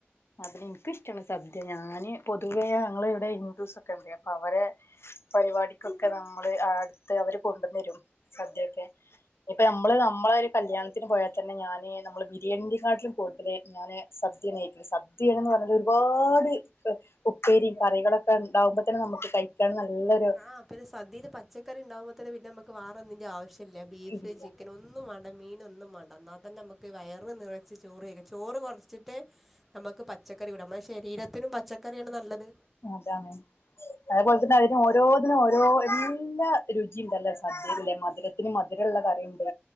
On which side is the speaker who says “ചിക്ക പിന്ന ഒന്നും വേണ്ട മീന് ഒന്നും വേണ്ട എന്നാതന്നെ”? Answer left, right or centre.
Centre